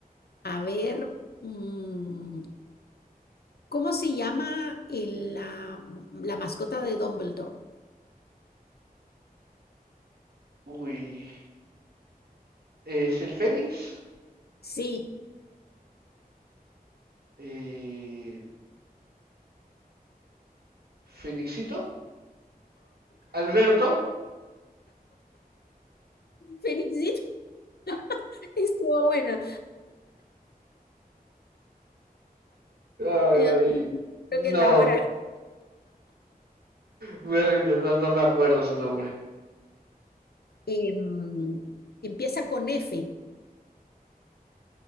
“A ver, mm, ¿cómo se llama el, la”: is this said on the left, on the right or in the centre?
Left